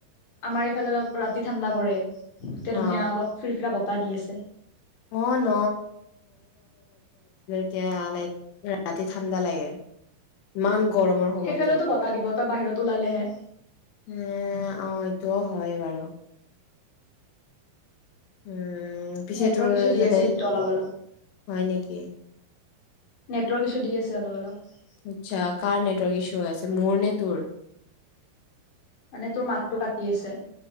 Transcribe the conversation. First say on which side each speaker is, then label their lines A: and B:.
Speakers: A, on the left; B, on the left.
A: আমাৰ এইফালে অলপ ৰাতি ঠাণ্ডা পৰে। এতিয়া
B: অ
A: ধুনীয়া অলপ ফী অলপ বতাহ দি আছে
B: অ ন এতিয়া লাইক ৰাতি ঠাণ্ডা লাগে ইমান গৰমৰ সময়তো
A: সেইফালেওতো বতাহ দিব তই বাহিৰত ওলালেহে।
B: অ এইটোও হয় বাৰু উম উম পিছেটো
A: নেটৱৰ্ক ইছ্যু দি
B: যেলে
A: আছে কিন্তু অলপ অলপ।
B: হয় নেকি।
A: নেটৱৰ্ক কিছু দি আছে অলপ অলপ
B: আচ্ছা কাৰ নেটৱৰ্ক ইছ্যু হৈ আছে মোৰ নে তোৰ
A: মানে তোৰ মাতটো কাটি আছে।